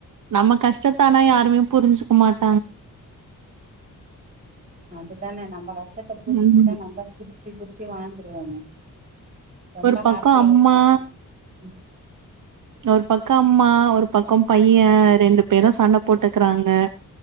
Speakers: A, on the right; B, on the right.
A: நம்ம கஷ்டத்த ஆன யாருமேப் புரிஞ்சுக்குமாட்
B: அதுதானே நம்ப கஷ்டத்த புரிஞ்சுக்கிட்டா
A: ம்
B: நம்ப சிரிச்சி சுச்சி வாழ்ந்துருவோமே ரொம்ப
A: ஒரு பக்கம்
B: ஹாப்பி
A: அம்மா
B: ஆயிடுவோமே ம்
A: ஒரு பக்கம் அம்மா ஒரு பக்கம் பையன் ரெண்டு பேரும் சண்ட போட்டுக்குறாங்க